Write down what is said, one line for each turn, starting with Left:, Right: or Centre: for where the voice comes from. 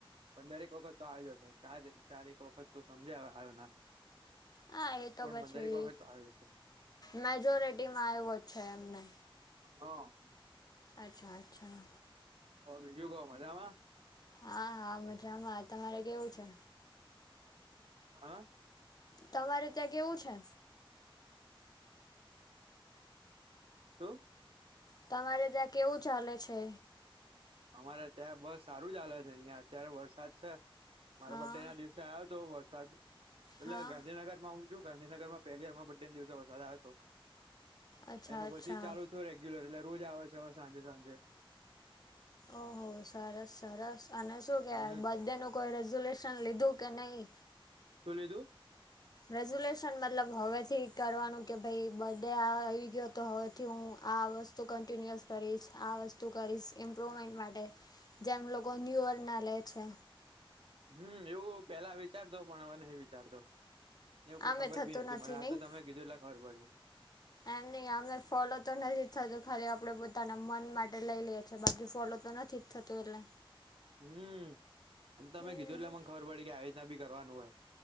Right: પંદરએક વખત તો આયો જ હશે છે ચા ચારેક વખત તો સમજયા આયો ના.
Left: હા એ તો
Right: પણ
Left: પછી
Right: પંદરેક વખત તો આવી જશે
Left: મેજોરિટીમાં આયવો જ છે એમને.
Right: હ.
Left: અચ્છા અચ્છા.
Right: હવે બીજું કો મજામાં?
Left: હા હા મજામાં, તમારે કેવું છે?
Right: હ?
Left: તમારે ત્યાં કેવું છે?
Right: શું?
Left: તમારે ત્યાં કેવું ચાલે છે?
Right: અમારે ત્યાં બસ સારું ચાલે છે અહિયાં અત્યારે વરસાદ છે. મારા
Left: હા
Right: બર્ડેના દિવસે આયો તો વરસાદ એટલે
Left: હા
Right: ગાંધીનગરમાં હું થયું ગાંધીનગરમાં પહેલી વાર માર બંર્ડેન દિવસે વરસાદ આયો હતો
Left: અચ્છા
Right: એના
Left: અચ્છા
Right: પછી ચાલુ થયો રેગ્યુલર એટલે રોજ આવે છે હવે સાંજે સાંજે.
Left: ઓહો! સરસ સરસ અને શું કેવાય
Right: હમ
Left: બડેનું કોઈ રેઝોલ્યુલેશન લીધું કે નઈ?
Right: શું લીધું?
Left: રેઝ્યુલેશન મતલબ હવેથી કરવાનું કે ભઈ બર્ડે આવી ગયો તો હવેથી હું આ વ કન્ટિન્યુઅસ કરીશ આ વસ્તુ કરીશ ઈમ્પ્રુવમેન્ટ માટે જેમ લો કો ન્યૂયરના લે છે.
Right: હમ્મ, એવું પેલા વિચારતો પણ હવે નઈ વિચારતો. એવું કઈ
Left: આમે
Right: ખબર
Left: થતું
Right: બી નથી મને આ
Left: નહીં
Right: તો તમે કીધું એટલે ખબર પડી.
Left: એમ નહીં આમેય ફોલો તો નથી જ થતું ખાલી આપડે બધ પોતાનાં મન માટે લઈ લયે છે બાકી ફોલો તો નથી જ થતું એટલે
Right: હમ્મ આ તો તમે
Left: હમ
Right: કીધું એટલે મને ખબર પડી કે આ રીતના બી કરવાનું હોય